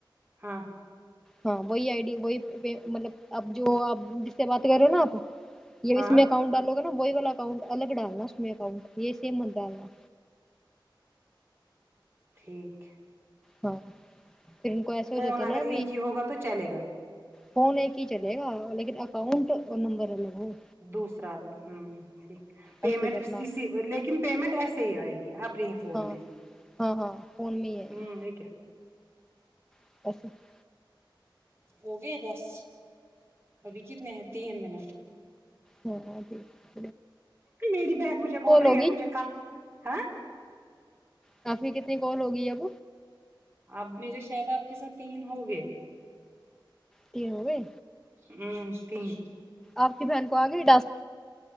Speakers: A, on the right (about 30°); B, in the centre.
A: ہاں
B: ہاں وہی آئیڈی وہی مطلب آب جو آپ جس سے بات کر رہے ہو نا آپ یہ
A: ہاں
B: اس میں اکاؤنٹ ڈالو گا نا وہی والا اکاؤنٹ الگ ڈالنا اس میں اکاؤنٹ یہ سیم مت ڈالنا
A: ٹھیک ہے
B: ہاں پھر ان کو ایسا
A: فون
B: ہو جاتا ہے
A: اگر
B: نا ابھی
A: ایک ہی ہوگا تو چلے گا
B: فون ایک ہی چلے گا لیکن اکاؤنٹ نمبر الگ ہوگا
A: دوسرا الگ ہوں ٹھیک پیمنٹ
B: ایسے کرنا
A: اسی لیکن پیمنٹ ایسے ہی آئے گی اب برن فون
B: ہاں
A: میں
B: ہاں ہاں فون میں ہی آئیگی
A: ہ یہ کیا
B: <unintelligible>
A: ہو گئے دس ابھی کتنے ہیں تین منٹ
B: ہاں جھ
A: میری بہن مجھے بول رہی
B: ہوگی
A: ہے مجھے کر ہ
B: کافی کتنی کال ہوگی اب
A: اب میرے شاید آپ کے ساتھ تین ہوگئے
B: تین ہوگئے
A: ہ تین
B: آپ کی بہن کو آ گئی ٹاسک